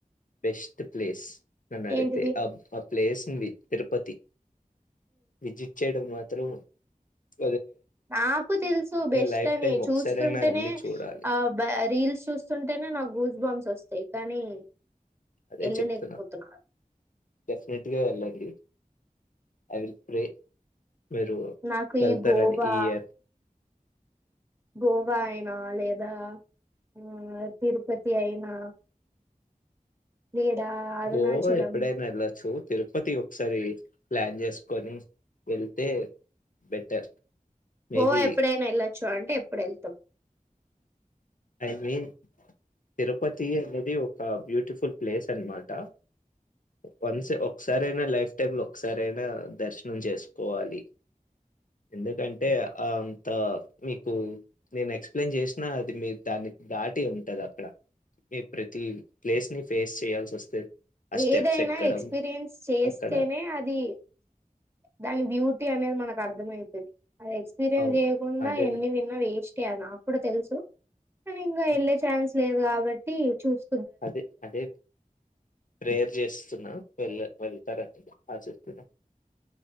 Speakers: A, on the left; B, on the right.
A: బెస్ట్ ప్లేస్ నన్ను అడిగితే
B: ఏంటిది
A: అబ్ అప్, ప్లేసుంది తిరుపతి విజిట్ చేయడం మాత్ <unintelligible>
B: నాకు తెలుసు బెస్ట్
A: లైఫ్
B: అని
A: టైమ్
B: చూస్
A: ఒకసారైనా
B: స్తుంటేనే
A: వెళ్ళి చూడాలి
B: ఆ బై రీల్స్ చూస్తుంటేనే నాకు గూస్ బామ్స్ వస్తాయ్ ఏ కానీ
A: అదే
B: వెళ్ళలేకపోతున్నా
A: చెప్తున్నా డెఫినెట్గా వెళ్ళం డి ఐ విల్ ప్రే మీరు
B: నాకు
A: వెళ్తారని
B: ఈ గోవా
A: ఈ ఇయర్
B: గోవా అయినా లేదా మ్ తిరుపతి అయినా లేదా అరుణాచలం
A: గోవా ఎప్పుడైనా ఎళ్ళొచ్చు తిరుపతి ఒకసారి ప్లాన్ చేసుకొని వెళ్తే బెటర్ మేబీ
B: గోవా ఎప్పుడైనా ఎళ్ళోచ్చు అంటే ఎప్పుడెళ్తం
A: ఐ మీన్ తిరుపతి అనేది ఒక బ్యూటిఫుల్ ప్లేస్ అన్నమాట. వన్స్ ఒకసారైనా లైఫ్ టైమ్ లో ఒకసారైనా దర్శనం చేసుకోవాలి, ఎందుకంటే అంత మీకు నేను ఎక్స్‌ప్లేయిన్ చేసినా అది మీ దానికి దాటి ఉంటది అక్కడ ఈ ప్రతి ప్లేస్ ని ఫేస్ చేయాల్సి వస్తే ఆ స్టెప్స్
B: ఏదైనా
A: ఎక్కడం
B: ఎక్స్పీరియన్స్ చేస్తేనే
A: అక్కడ
B: అది దాని బ్యూటీ అనేది మనకు అర్థమయితది అది ఎక్స్పీరియన్స్
A: అవును
B: చేయకుండా
A: అదే
B: ఎన్ని
A: నే-
B: విన్నా వేస్టే అది నాక్కూడా తెలుసు నే నింగా వెళ్ళే
A: ఉమ్,
B: ఛాన్స్ లేదు కాబ ట్టి చూస్
A: అదే అదే ప్రేయర్ జేస్తున్నా వెళ్ళ వెళ్తారని ఆశిస్తున్న